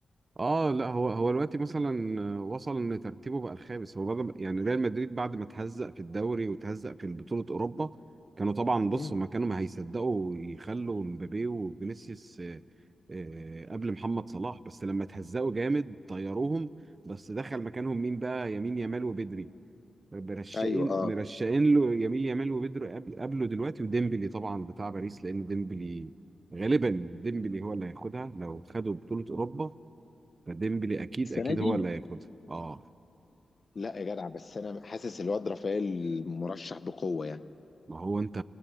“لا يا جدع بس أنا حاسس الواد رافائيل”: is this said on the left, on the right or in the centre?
Left